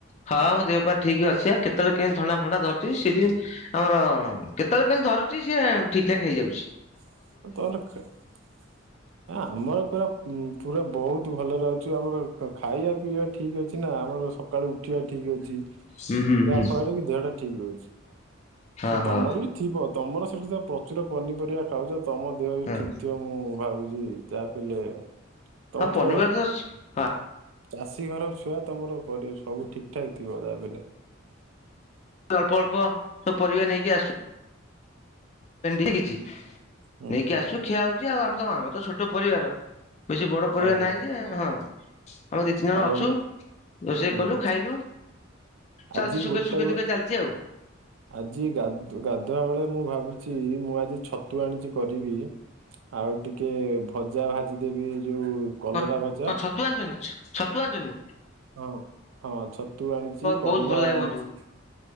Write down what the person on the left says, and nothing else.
ହଁ ମୋ ଦେହପା ଠିକ୍ ଅଛି ଆ କେତଳେ କେନ୍ତି ଥଣ୍ଡା ଫଣ୍ଡା ଧରିଚି ସିଜିନ୍ ଆମର ହଁ କେତଳେ କେନ୍ତି ଧରୁଚି ସିଏ ଠିକ୍ ଠାକ୍ ହେଇଯାଉଚି।
ହୁଁ ହୁଁ
ହୁଁ।
ହଁ
ହଁ
ହଁ
ହଁ ପନିପରିବା
ତ ହଁ
ଅଳ୍ପ-ଅଳ୍ପ ସବୁ ପରିବା ନେଇକି ଆସୁ। ଭେଣ୍ଡି କିଛି
ନେଇକି
ଆସୁଚୁ ଖିଆ ହଉଚି ଆଉ, ଆମର ତ ଆମର ତ ଛୋଟ ପରିବାର। ବେଶି ବଡ ପରିବାର
ନାହିଁ ଯେ ହଁ। ଆମେ ଦି ତିନି ଜଣ
ଅଛୁ
ରୋଷେଇ
କଲୁ ଖାଇଲୁ। ଚାଲିଚି
ସୁଖେ
ସୁୁଖେ
ଦୁଃଖେ ଚାଲିଚି ଆଉ।
କଣ
କଣ ଛତୁ ଆଣିଚନ୍ତି ଛତୁ ଆଣିଚନ୍ତି?
ବହୁତ ଭଲ ଲାଗେ
ବନ୍ଧୁ